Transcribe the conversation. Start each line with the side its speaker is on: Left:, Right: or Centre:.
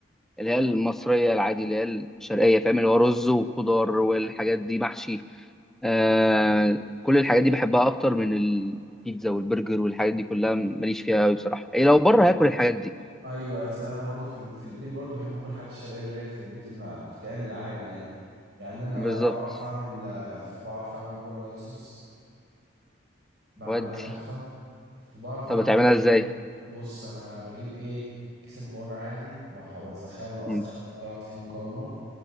Centre: اللي هي المصرية العادي اللي هي الشرقية فاهم اللي هو رز وخضار والحاجات دي محشي آه كل الحاجات دي بحبها أكتر من البيتزا والبرجر والحاجات دي كلها ماليش فيها أوي بصراحة يعني لو بره
Right: والله
Centre: هاكل الحاجات دي
Right: ايوه أصل انا برضو في, في البيت برضو بحب اكل الحاجات الشرقيه اللي هي في البيت اللي ما بتتعمل عادي يعني يعني انا
Centre: بالظبط
Right: بعرف اعمل آه، بعرف اعمل مكرونه وايت صوص بعملها
Centre: ودي
Right: تحفة وبعرف
Centre: طب
Right: أعمل
Centre: هتعملها
Right: كمان
Centre: إزاي؟
Right: بص أنا بجيب إيه كيس مكرونة عادي بح- بسخنه بقى أسخن
Centre: مم،
Right: مية أحط فيه المكرونة